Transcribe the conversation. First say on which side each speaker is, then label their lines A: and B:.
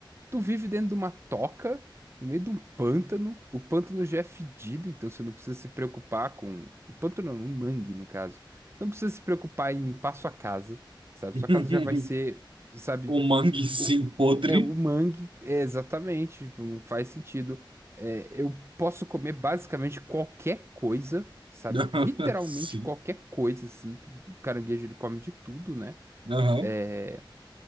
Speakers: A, on the right (about 30°); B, on the right (about 80°).
A: tu vive dentro de uma toca, no meio de um pântano. O pântano já é fedido, então você não precisa se preocupar com. Um pântano não, um mangue, no caso. Você não precisa se preocupar em limpar sua casa, sabe?
B: <laughs>
A: Sua casa já vai ser, sabe,
B: Um mangue sim
A: O,
B: podre?
A: é, o mangue, é exatamente, tipo, não faz sentido. É, eu posso comer basicamente qualquer coisa, sabe?
B: <laughs>
A: Literalmente
B: Sim.
A: qualquer coisa, assim. que O caranguejo, ele come de tudo, né?
B: Aham.
A: É,